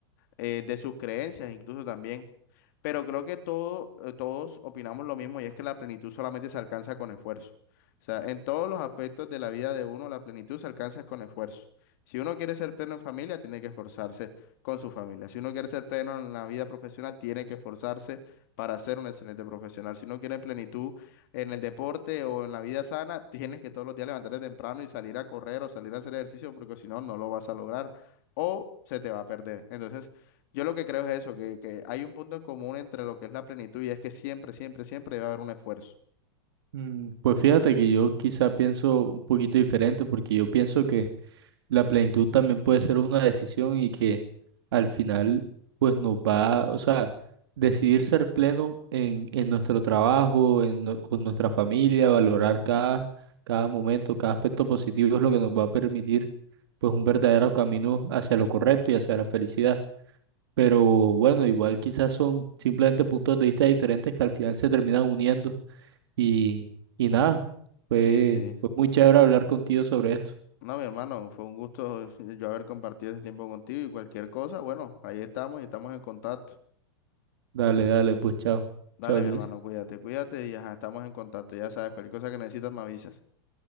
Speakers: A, on the left; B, on the right.
A: eh, de sus creencias incluso también. Pero creo que todo, eh, todos opinamos lo mismo y es que la plenitud solamente se alcanza con esfuerzo. O sea, en todos los aspectos de la vida de uno, la plenitud se alcanza con esfuerzo. Si uno quiere ser pleno en familia, tiene que esforzarse con su familia. Si uno quiere ser pleno en la vida profesional, tiene que esforzarse para ser un excelente profesional. Si uno quiere plenitud en el deporte o en la vida sana, <laughs> tienes que todos los días levantarte temprano y salir a correr o salir a hacer ejercicio, porque si no, no lo vas a lograr o se te va a perder. Entonces, yo lo que creo es eso, que, que hay un punto en común entre lo que es la plenitud y es que siempre, siempre, siempre debe haber un esfuerzo.
B: Mm, Pues fíjate que yo quizá pienso un poquito diferente porque yo pienso que La plenitud también puede ser una decisión y que al final pues nos va, o sea, decidir ser pleno en, en nuestro trabajo, en, nue- con nuestra familia, valorar cada, cada momento, cada aspecto positivo es lo que nos va a permitir pues un verdadero camino hacia lo correcto y hacia la felicidad. Pero bueno, igual quizás son simplemente puntos de vista diferentes que al final se terminan uniendo y, y nada, fue,
A: Sí, sí.
B: fue muy chévere hablar contigo sobre esto.
A: No, mi hermano, fue un gusto <laughs> yo haber compartido este tiempo contigo y cualquier cosa, bueno, ahí estamos y estamos en contacto.
B: Dale, dale, pues chao.
A: Dale,
B: Chao, Luis.
A: mi hermano, cuídate, cuídate y ajá, estamos en contacto. Ya sabes, cualquier cosa que necesitas me avisas.